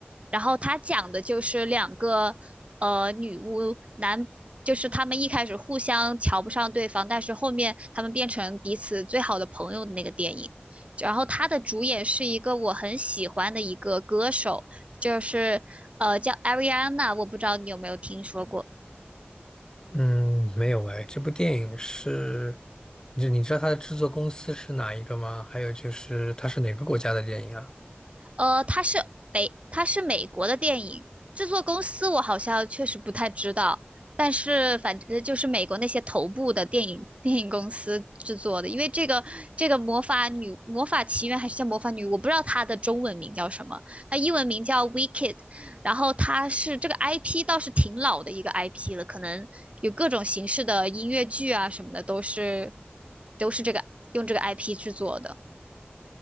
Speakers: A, on the right; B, on the left.
A: 然后他讲的就是两个呃女巫男，就是他们一开始互相瞧不上对方，但是后面他们变成彼此最好的朋友的那个电影。然后他的主演是一个我很喜欢的一个歌手，就是呃叫 Ariana，我不知道你有没有听说过。
B: 嗯，没有哎。这部电影是，就你知道它的制作公司是哪一个吗？还有就是它是哪个国家的电影啊？
A: 呃，它是美，它是美国的电影制作公司，我好像确实不太知道，但是反正就是美国那些头部的电影电影公司制作的，因为这个这个魔法女魔法奇缘还是叫魔法女，我不知道它的中文名叫什么，它英文名叫 Wicked，然后它是这个 IP 倒是挺老的一个 IP 了，可能有各种形式的音乐剧啊什么的都是都是这个用这个 IP 制作的。